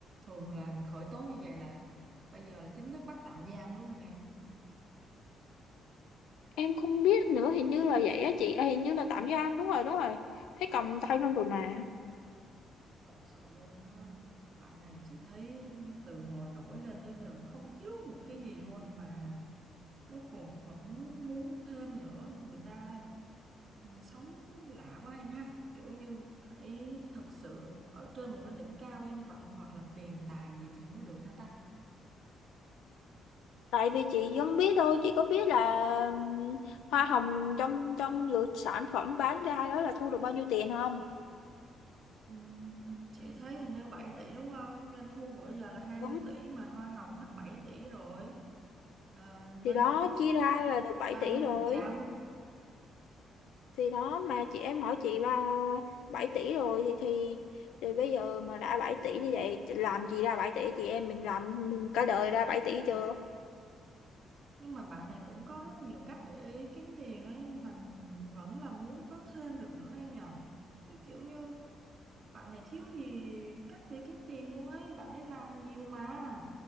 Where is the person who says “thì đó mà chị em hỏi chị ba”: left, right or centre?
Left